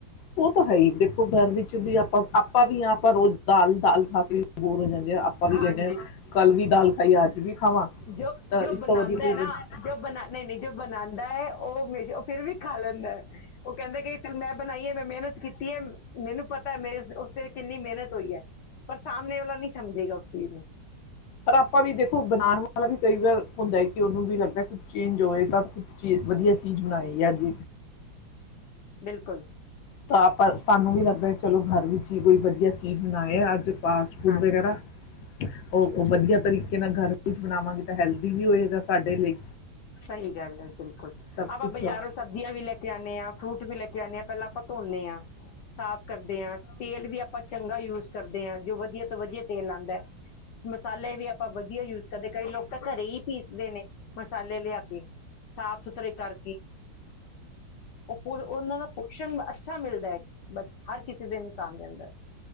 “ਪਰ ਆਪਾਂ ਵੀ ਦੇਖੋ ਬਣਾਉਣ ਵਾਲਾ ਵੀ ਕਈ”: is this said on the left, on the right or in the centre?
Left